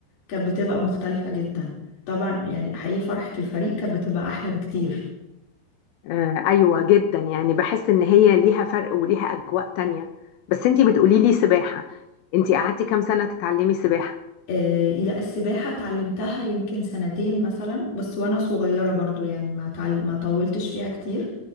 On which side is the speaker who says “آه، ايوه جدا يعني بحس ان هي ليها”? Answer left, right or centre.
Left